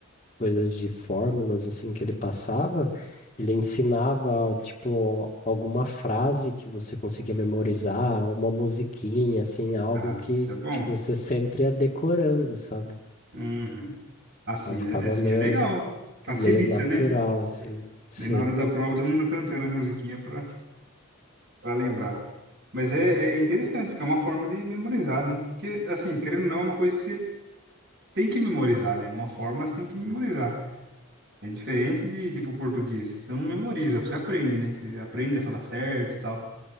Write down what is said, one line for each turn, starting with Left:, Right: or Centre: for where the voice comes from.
Left: coisas de fórmulas assim que ele passava, ele ensinava tipo alguma frase que você conseguia memorizar, uma musiquinha assim, algo
Right: Ah,
Left: que
Right: isso é bom.
Left: tipo você sempre ia decorando, sabe?
Right: Uhum. Assim,
Left: Então ficava
Right: é, é, assim
Left: meio
Right: é legal. Facilita,
Left: meio natural
Right: né?
Left: assim. Sim.
Right: Daí na hora da prova, todo mundo cantando a musiquinha pra, pra lembrar. Mas é, é interessante, porque é uma forma de memorizar, né? Porque, assim, querendo ou não, é uma coisa que você tem que memorizar, né? Uma fórmula você tem que memorizar. É diferente de, tipo, português. Você não memoriza, você aprende, né? Você aprende a falar certo e tal.